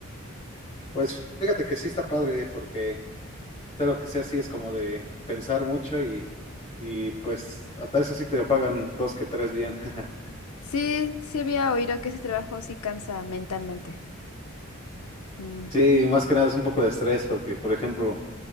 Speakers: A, on the left; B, on the left.
A: Pues fíjate que sí está padre porque... sea lo que sea, sí es como de pensar mucho y, y pues hasta eso sí te pagan dos que tres bien. <laughs>
B: Sí, sí había oído que ese trabajo sí cansa mentalmente. Mm,
A: Sí, más que nada es un poco de estrés porque, por ejemplo,